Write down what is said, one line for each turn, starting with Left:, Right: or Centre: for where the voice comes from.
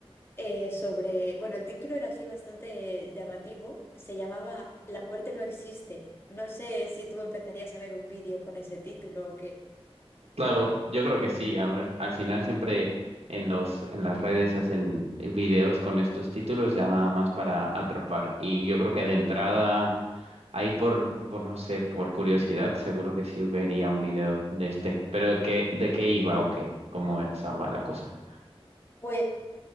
Left: eh, sobre, bueno, el título era así bastante llamativo, se llamaba La muerte no existe. No sé si tú empezarías a ver un vídeo con ese título o qué.
Right: Claro, yo creo que sí. A ver, al final siempre en los, en las redes hacen videos con estos títulos ya nada más para atrapar. Y yo creo que de entrada, ahí por, por no sé, por curiosidad, seguro que sí vería un video de este. Pero ¿qué, de qué iba o qué? ¿Cómo estaba la cosa?
Left: Pues